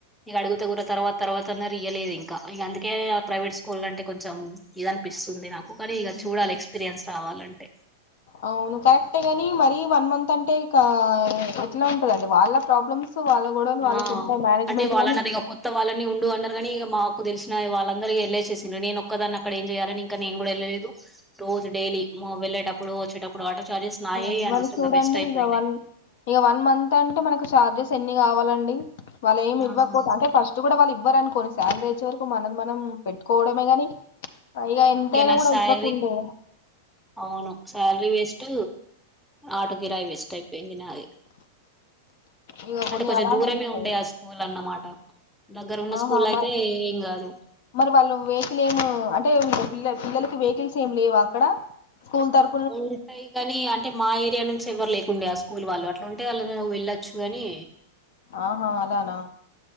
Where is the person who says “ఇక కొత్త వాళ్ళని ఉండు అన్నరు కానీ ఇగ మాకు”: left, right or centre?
Centre